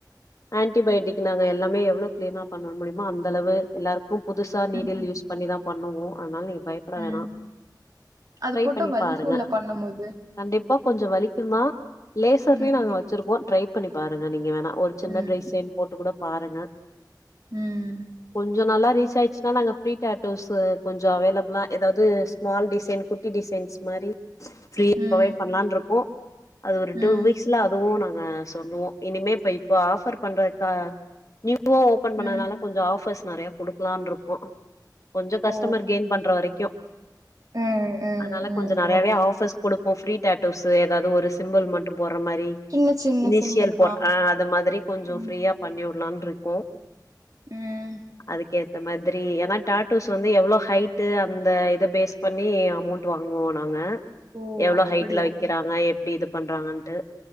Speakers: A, on the left; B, on the right.
A: ஆன்டிபயேட்டிக் நாங்க எல்லாமே எவ்ளோ கிளீனா பண்ண முடியுமா அந்த அளவு எல்லாருக்கும் புதுசா நீடில்
B: ம்
A: யூஸ் பண்ணிதாம் பண்ணுவோ அதனால் நீங்க பயப்பட
B: ம்
A: வேணா
B: அது
A: ட்ரை
B: போட்டா
A: பண்ணி
B: வலிக்கும்ல
A: பாருங்க
B: பண்ணும்போது
A: கண்டிப்பா கொஞ்சோ வலிக்குந்தா லேசர்லையு
B: ம்
A: நாங்க ச்சுருக்கோ ட்ரை பண்ணி பாருங்க நீங்க வேணா ஒரு சின்ன
B: ம்
A: டிரைசென் போட்டு கூட பாருங்க
B: ம்
A: கொஞ்சோ நல்லா ரீச் ஆயிடுச்சுன்னா நாங்க ஃப்ரீ டேட்டோஸ்சு கொஞ்சோ அவைலபிளா எதாவுது ஸ்மால் டிசைன் குட்டி டிசைன்ஸ் மாரி ஃப்ரீயா
B: ம்
A: ப்ரொவைட் பண்லான்ருக்கோ அது ஒரு
B: ம்
A: டூ வீக்ஸ்ல அதுவு நாங்க சொல்லுவோ இனிமே இப்ப இப்ப ஆஃபர் பண்றதுக்கா நியூவா ஓப்பன் பண்ணதுனால
B: ம்
A: கொஞ்சோ ஆஃபர்ஸ் நறைய குடுக்கலான் இருப்போ கொஞ்ச கஷ்
B: ஓ
A: கஷ்டமர் கெய்ன் பண்ற வரைக்கு
B: ம் ம்
A: அதனால
B: ம்
A: கொஞ்சோ நறையவே
B: ஓகே
A: ஆஃபர்ஸ் குடுப்போ ஃப்ரீ டாட்டூஸ்சு எதாது ஒரு சிம்பிள் மட்டு போர்ற மாரி
B: சின்ன சின்ன
A: இனிஷியல்
B: சிம்பிள்
A: போர்
B: ஆ
A: அ அது மாரி கொஞ்சோ
B: ம்
A: ஃப்ரீயா பண்ணி உட்லான்ருக்கோ
B: ம்
A: அதுக்கேத்த மாதிரி ஏனா டாட்டூஸ் வந்து எவ்ளோ ஹைட்டு அந்த இத பேஸ் பண்ணி அமௌண்ட் வாங்குவோ நாங்க
B: ஓ
A: எவ்ளோ
B: அப்படியா
A: ஹைட்ல வைக்கிறாங்க எப்டி இது பண்றாங்கண்ட்டு